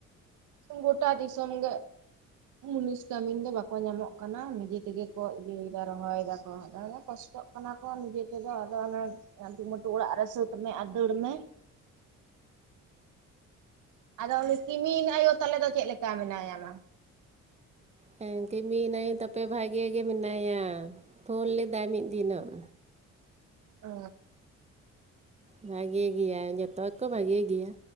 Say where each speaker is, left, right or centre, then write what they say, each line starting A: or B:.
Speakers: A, on the right; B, on the right.
A: ᱜᱚᱴᱟ ᱫᱤᱥᱚᱢ ᱜᱮ, ᱢᱩᱱᱤᱥ ᱠᱟᱹᱢᱤᱱ ᱫᱚ ᱵᱟᱠᱚ ᱧᱟᱢᱚᱜ ᱠᱟᱱᱟ, ᱱᱤᱡᱮ ᱛᱮᱜᱮ ᱠᱚ ᱤᱭᱟᱹ ᱫᱟ ᱨᱚᱦᱚᱭ ᱫᱟ ᱠᱚ <unintelligible> ᱠᱚᱥᱴᱚᱜ ᱠᱟᱱᱟ ᱠᱚ ᱱᱤᱡᱮ ᱛᱮᱫᱚ ᱟᱫᱚ ᱚᱱᱮ ᱟᱴᱩᱢᱟᱴᱩ ᱚᱲᱟᱜ ᱨᱮ ᱥᱟᱹᱛ ᱢᱮ ᱟᱨ ᱫᱟᱹᱲ ᱢᱮ᱾ ᱟᱫᱚ ᱩᱱᱤ ᱠᱮᱢᱤᱱ ᱟᱭᱳ ᱛᱟᱞᱮ ᱫᱚ ᱪᱮᱜ ᱞᱮᱠᱟ ᱢᱮᱱᱟᱭᱟᱢᱟ?
B: ᱦᱮᱸ ᱠᱤᱢᱤᱱᱟᱹᱭ ᱛᱟᱯᱮ ᱵᱷᱟᱜᱮ ᱜᱮ ᱢᱮᱱᱟᱭᱟ ᱯᱷᱳᱱ ᱞᱮᱫᱟᱭ ᱢᱤᱜ ᱫᱤᱱᱚᱜ᱾
A: ᱚ,
B: ᱵᱷᱟᱜᱮ ᱜᱮᱭᱟᱭ ᱡᱚᱛᱚ ᱜᱮᱠᱚ ᱵᱷᱟᱜᱮ ᱜᱮᱭᱟ᱾